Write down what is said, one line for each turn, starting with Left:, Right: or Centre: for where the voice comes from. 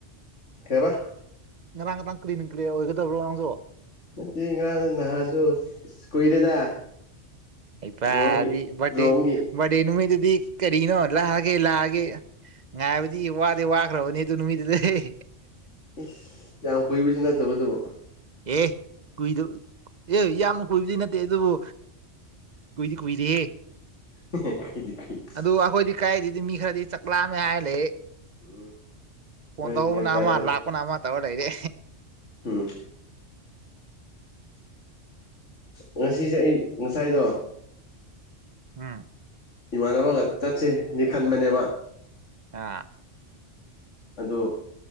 Left: ꯀꯩꯕ
Right: ꯉꯔꯥꯡ ꯉꯔꯥꯡ ꯀ꯭ꯂꯤꯟ ꯑꯦꯟ ꯀ꯭ꯂꯤꯌꯥꯔ ꯑꯣꯏꯒꯗꯕ꯭ꯔꯣ ꯅꯪꯁꯨ
Left: ꯅꯠꯇꯦꯏ ꯉꯔꯥꯡ ꯅꯍꯟꯁꯨ ꯏꯁ ꯀꯨꯏꯔꯦꯗ
Right: ꯍꯩꯄꯗꯤ
Left: ꯔꯣꯝꯒꯤ
Right: ꯕꯔꯗꯦ
Left: ꯔꯣꯝꯒꯤ
Right: ꯕꯔꯗꯦ ꯅꯨꯃꯤꯠꯇꯗꯤ ꯀꯔꯤꯅꯣ ꯂꯥꯛꯑꯒꯦ ꯂꯥꯛꯑꯒꯦ ꯉꯥꯏꯕꯗꯤ ꯋꯥꯗꯤ ꯋꯥꯈ꯭ꯔꯕꯅꯦ ꯑꯗꯨ ꯅꯨꯃꯤꯠꯇꯨꯗꯩ
Left: ꯏꯁ ꯌꯥꯝ ꯀꯨꯏꯕꯁꯨ ꯅꯠꯇꯕꯗꯨꯕꯨ
Right: ꯑꯦ ꯀꯨꯏꯗ ꯑꯦ ꯌꯥꯝꯅ ꯀꯨꯏꯕꯗꯤ ꯅꯠꯇꯦ ꯑꯗꯨꯕꯨ ꯀꯨꯏꯗꯤ ꯀꯨꯏꯗꯦꯍꯦ
Left: ꯀꯨꯏꯗꯤ ꯀꯨꯏꯔꯦ
Right: ꯑꯗꯨ ꯑꯩꯈꯣꯏꯗꯤ ꯀꯥꯏꯗꯗꯤ ꯃꯤ ꯈꯔꯗꯤ ꯆꯥꯛꯂꯥꯝꯃꯦ ꯍꯥꯏꯂꯦ
Left: ꯎꯝ
Right: ꯐꯣꯟ
Left: ꯍꯣꯏ
Right: ꯇꯧꯕꯅ
Left: ꯒ꯭ꯌꯥꯟ ꯇꯥꯏꯗ
Right: ꯑꯃ ꯂꯥꯛꯄꯅ ꯑꯃ ꯇꯩꯔ ꯂꯩꯔꯦ
Left: ꯎꯝ ꯉꯁꯤꯁꯦ ꯑꯩ ꯉꯁꯥꯏꯗꯣ
Right: ꯎꯝ
Left: ꯏꯃꯥꯟꯅꯕꯒ ꯆꯠꯁꯦꯅꯦ ꯈꯟꯕꯅꯦꯕ
Right: ꯑ
Left: ꯑꯗꯣ